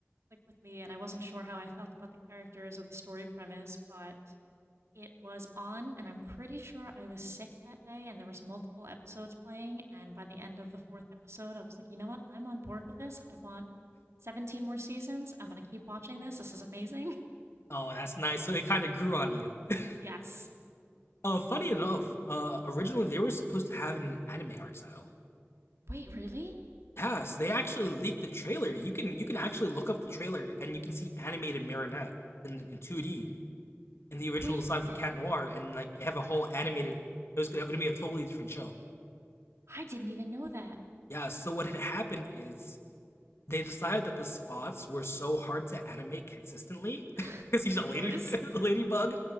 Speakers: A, on the right; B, on the left.
A: click with me, and I wasn't sure how I felt about the characters or the story premise, but it was on, and I'm pretty sure I was sick that day, and there was multiple episodes playing, and by the end of the fourth episode, I was like, you know what? I'm on board with this. I want 17 more seasons. I'm going to keep watching this. This is amazing. <laughs>
B: Oh, that's nice. So it kind of grew on you. <laughs>
A: Yes.
B: Uh, funny enough, uh, originally they were supposed to have an anime art style,
A: Wait, really?
B: Yes, they actually leaked the trailer. You can you can actually look up the trailer and you can see animated Marinette in in 2D in the original
A: Wait
B: design
A: a minute.
B: for Cat Noir, and like they have a whole animated. It was going to be a totally different show.
A: I didn't even know that.
B: Yeah. So what had happened is they decided that the spots were so hard to animate consistently <laughs> because
A: <laughs>
B: he's
A: Of
B: a lady
A: course.
B: <laughs> ladybug